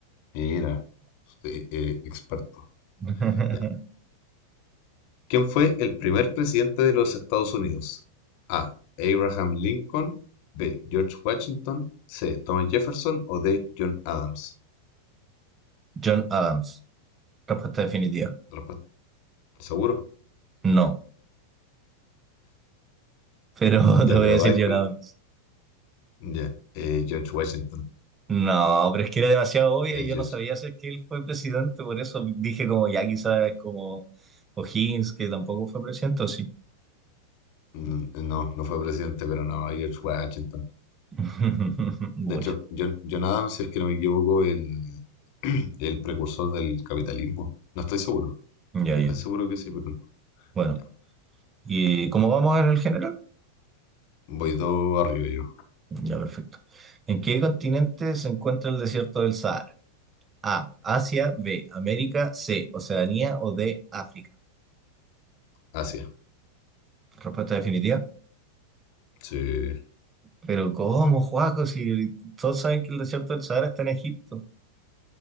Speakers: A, on the left; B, on the right.
A: Mira. Sí, eh, experto.
B: <laughs>
A: Ya. ¿Quién fue el primer presidente de los Estados Unidos? A. Abraham Lincoln. B. George Washington. C. Thomas Jefferson. O D. John Adams.
B: John Adams. Respuesta definitiva.
A: Respuesta, ¿Seguro?
B: No, pero <laughs> te
A: Ya,
B: voy
A: pero
B: a decir
A: va
B: John
A: con...
B: Adams.
A: Ya. eh, George Washington.
B: No, pero es que era demasiado obvia
A: Eh,
B: y
A: George-
B: yo no sabía si que él fue presidente, por eso dije como ya quizás es como O'Higgins, que tampoco fue presidente, o sí.
A: mm, No, no fue presidente, pero no, George Washington.
B: <laughs> Mucho.
A: De hecho, John, John Adams, si es que no me equivoco, el, <clears throat> el precursor del capitalismo. No estoy seguro.
B: Ya,
A: Estoy
B: ya.
A: casi seguro que sí, pero no.
B: Bueno,
A: Ya.
B: ¿y cómo vamos en el general?
A: Voy dos arriba yo.
B: Ya, perfecto. ¿En qué continente se encuentra el desierto del Sahara? A, Asia, B, América, C, Oceanía o D, África.
A: Así
B: Respuesta definitiva.
A: Sí.
B: Pero ¿cómo, Juaco? Si todos saben que el desierto del Sahara está en Egipto.